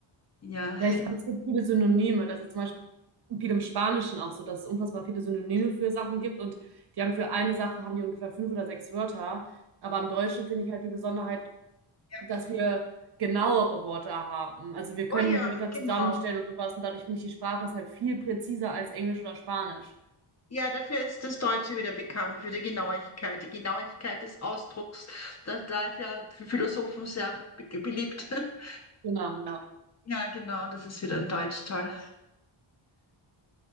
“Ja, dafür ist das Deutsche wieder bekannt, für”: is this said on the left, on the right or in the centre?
Left